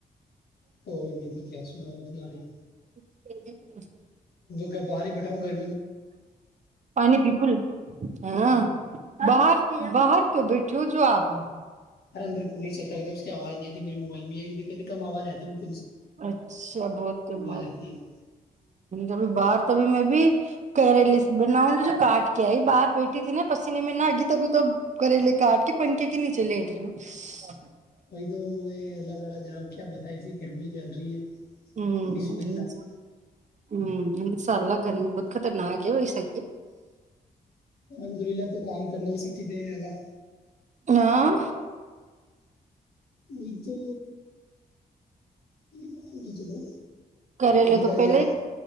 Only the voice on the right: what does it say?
ج جی
پانی پیکول ہاں باہر باہر تو بیٹھوں جو آپ
اچھا بہت کمات
ہبھی باہر تبھی میں بھی کریلے بناؤں گی جو کاٹ کے آئی باہر بیٹھی تھی نا پسینے میں نہ آگی تبھی تو کریلے کاٹ کے پنکھے کے نیچے لیٹ رہی ہ
ہوں
ہوں انشاء اللہ گرمی خود خطرناک ہے بیساے
ہاں
کریل
تو
پہلے
ہی